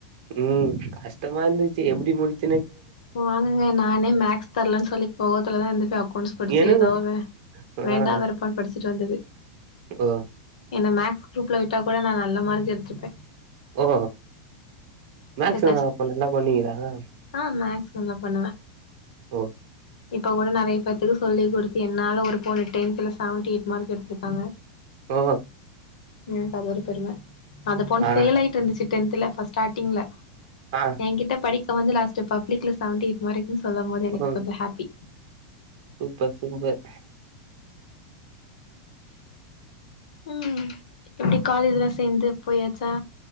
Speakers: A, on the right; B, on the left.
A: ம் கஷ்டமா இருந்துச்சி எப்டி முடிச்
B: போங்கங்க நானே மேக்ஸ் தெர்லன்னு சொல்லி கோவத்துலதா இருந்து போய் அக்கௌன்ட்ஸ் படிச்சி
A: எனக்கு
B: ஏதோ வே
A: ஆ
B: வேண்டா வேறுப்பான் படிச் சிட்டுவந்து
A: ஓ
B: என்ன மேக்ஸ் குரூப்ல விட்டா கூட நா நல்ல மார்க் எடுத்திருப்பே
A: ஓ மேக்ஸ்லா
B: ச கஷ்
A: அப்போ நல்லா பண்ணுவிங்கலா
B: ஆ மேக்ஸ் நல்லா பண்ணுவே
A: ஒ
B: இப்ப கூட நறைய பேத்துக்கு சொல்லிக்குடுத்து என்னால ஒரு பொண்ணு டென்த்துல செவன்டி எயிட் மார்க் எடுத்திருக்காங்க
A: ஓ
B: எனக்கு அது ஒரு பெரும அந்த பொண்ணு
A: ஆ
B: ஃபெயிலாயிட்டு இருந்துச்சி டென்த்துல அப்போ ஸ்டார்டிங்ல
A: ஆ
B: எயாகிட்ட படி இப்ப வந்து லாஸ்ட் பப்ளிக்ல செவன்டி எயிட் மார்க் ன்னு சொல்லமோது எனக்கு
A: ஓ
B: கொஞ்சோ ஹாப்பி
A: சூப்பர் சூப்பர்
B: ஆ ம் எப்டி காலேஜ்லா சேந்து போயாச்சா